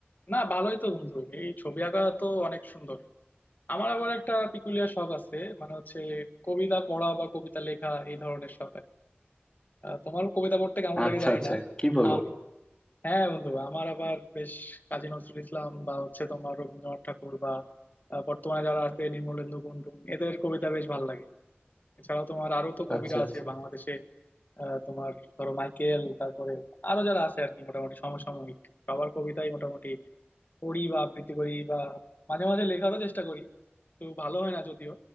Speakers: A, on the left; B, on the left.
A: না ভালোই তো বন্ধু এই ছবি আঁকা তো অনেক সুন্দর আমার আবার একটা পিকুলিয়ার শখ আছে মানে হচ্ছে কবিতা পড়া বা কবিতা লেখা এই ধরনের শখ আর কি। আহ, তোমার কবিতা পড়তে কেমন
B: আচ্ছা
A: লাগে জানি
B: আচ্ছা
A: না
B: কি বলো
A: আমি হ্যাঁ বন্ধু আমার আবার বেশ কাজী নজরুল ইসলাম বা হচ্ছে তোমার রবীন্দ্রনাথ ঠাকুর বা আহ, বর্তমানে যারা আছে নির্মলেন্দু গুণটুন এদের কবিতা বেশ ভালো লাগে এছাড়াও তোমার আরো তো কবিরা
B: আচ্ছা
A: আছে
B: আচ্ছা
A: বাংলাদেশে আহ, তোমার ধরো মাইকেল তারপরে আরো যারা আছে আর কি মোটামুটি সমসাময়িক সবার কবিতাই মোটামুটি পড়ি বা আবৃত্তি করি বা মাঝে মাঝে লেখারও চেষ্টা করি তো ভালো হয় না যদিও